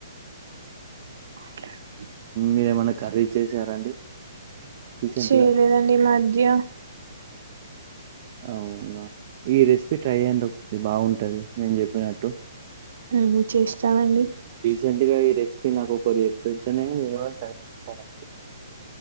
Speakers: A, on the right; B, on the right.
A: మాట్లాడు
B: మీరేమన్నా కర్రీ చేసారాండి రీసెంట్గా.
A: చేయలేదండి ఈ మధ్య
B: అవునా ఈ రెసిపీ ట్రై చేయండి ఒకసారి బాగుంటది నేను చెప్పినట్టు
A: ఉహు చేస్తానండి
B: రీసెంట్ గా ఈ రెసిపీ నాకు ఒకరు చెపీ కానీ ఎవరో తెలుసుకోవాలి.